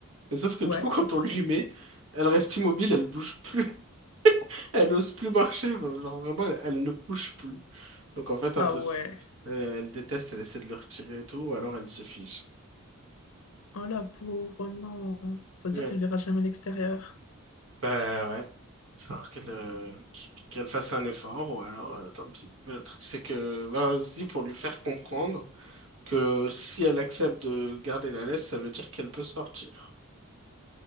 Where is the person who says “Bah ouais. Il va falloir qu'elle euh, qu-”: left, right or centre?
Right